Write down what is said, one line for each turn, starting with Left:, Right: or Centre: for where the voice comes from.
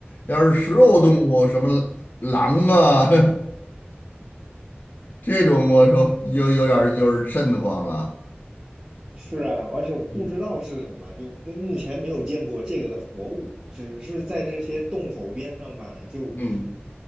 Left: 要是食肉动物，
Right: 是啊，
Left: 什么狼啊，<laughs> 这种我说有有点儿就是瘆得慌了。
Right: 是啊，而且我不知道是什么，
Left: 嗯，
Right: 就目目前没有见过这个的活物，只是在这些洞口边上吧，就
Left: 嗯